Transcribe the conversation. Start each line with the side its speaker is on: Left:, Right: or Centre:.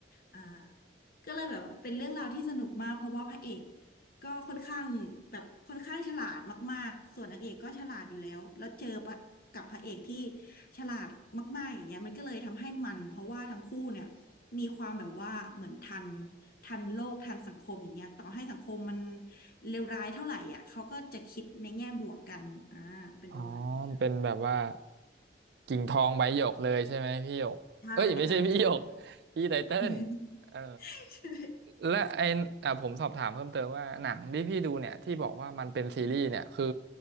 Left: อ่าก็เลยแบบเป็นเรื่องราวที่สนุกมากเพราะว่าพระเอกก็ค่อนข้างแบบค่อนข้างฉลาดมากๆส่วนนางเอกก็ฉลาดอยู่แล้วแล้วเจอปะกับพระเอกที่ฉลาดมากๆอย่างเงี้ยมันก็เลยทำให้มัน เพราะว่าทั้งคู่เนี่ยมีความแบบว่าเหมือนทัน ทันโลกทันสังคมอย่างเงี้ยต่อให้สังคมมันเลวร้ายเท่าไหร่อ่ะเขาก็จะคิดในแง่บวกกันอ่าเป็นประมาณนี้ค่ะ
Right: อ๋อมันเป็นแบบว่ากิ่งทองใบหยกเลยใช่ไหมพี่หยกเอ้ยไม่ใช่พี่หยก
Left: ใช่ค่ะจริง
Right: <laughs> พี่ไตเติ้ล
Left: <laughs>
Right: เออ
Left: ใช่
Right: และไออ่ะผมสอบถามเพิ่มเติมว่าหนังที่พี่ดูเนี่ยที่บอกว่ามันเป็นซีรีส์เนี่ยคือ